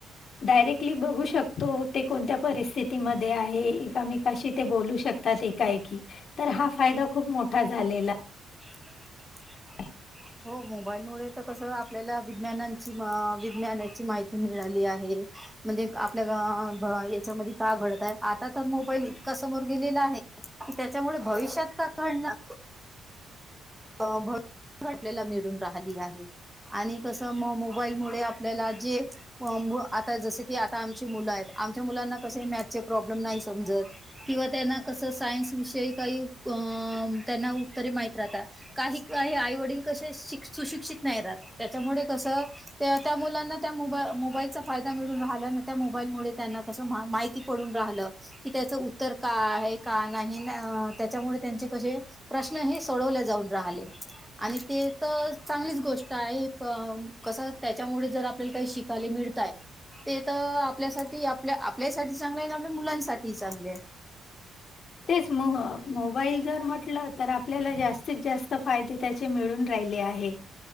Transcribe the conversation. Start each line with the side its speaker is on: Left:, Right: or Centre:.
Left: डायरेक्टली बघू शकतो ते कोणत्या परिस्थितीमध्ये आहे एकमेकाशी ते बोलू शक तात एकाएकी तर हा फायदा खूप मोठा झालेला
Centre: <inaudible>
Left: <inaudible>
Centre: हो मोबाईलमुळे तर कसं आपल्याला विज्ञानांची म विज्ञानाची माहिती मिळाली आहे. म्हणजे आपल्या <unintelligible> याच्यामध्ये काय घडत आहे आता तर मोबाईल इतका समोर गेलेला आहे. कि त्याच्यामुळे भविष्यात का घडणा <unintelligible> मिळून राहिली आहे. आणि कसं मग मोबाईलमुळे आपल्याला जे <unintelligible> आता जसं की आता आमची मुलं आहेत आमच्या मुलांना कसे मॅथचे प्रॉब्लेम नाही समजत. किंवा त्यांना कसं सायन्स विषयी काही अ त्यांना उत्तरे माहीत राहतात. काही काही आई वडील कसे शिक सुशिक्षित नाही राहत त्याच्यामुळे कसं त्या त्या मुलांना त्या मोबा-मोबाईलचा फायदा मिळून राहिला ना त्या मोबाईलमुळे त्यांना कसं मा-माहिती पडून राहलं. की त्याचं उत्तर का आहे? का नाही? न त्याच्यामुळे त्यांचे कसे प्रश्न हे सोडवले जाऊन राहिले. आणि ते तर चांगलीच गोष्ट आहे <unintelligible> कसं त्याच्यामुळे जर आपल्याला काही शिक ताले मिळतंय. ते तर आपल्यासाठी आपल्या आपल्यासाठीही चांगलं आहे आणि आपल्या मुलांसाठीही चांगले आहे.
Left: तेच <unintelligible> मोबाईल घर म्हटलं तर आपल्याला जास्तीत जास त फायदे त्याचे मिळून राहिले आहे,